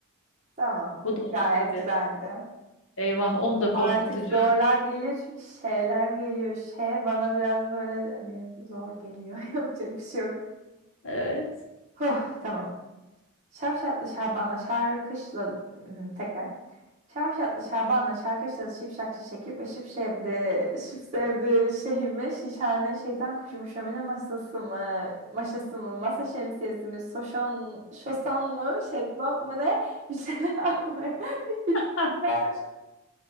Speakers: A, on the right; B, on the left.
A: Tamam.
B: Bu da olduğu
A: Gayet
B: gibi.
A: güzeldi.
B: Eyvah, on da
A: Artık
B: korkutucu.
A: zorlar geliyor çünkü şeyler geliyor. Şey bana biraz böyle hani zor geliyor. <laughs> Yapacak bir şey yok.
B: Evet.
A: Huh, tamam. Şavşatlı Şaban'a şarkışla... Hı, Tekrar. Şavşatlı Şaban'la şarkı çalış şipşak şişekip ve şıp şevdi, şıp sevdi şeyimi, şişhane şeytan kuşumu, şömine masası mı, maşası mı, masa şemsiyesi mi, soşon, şoson mu, şezlong mu ne, bir şeyler almaya <laughs> gitmişler.
B: Hah.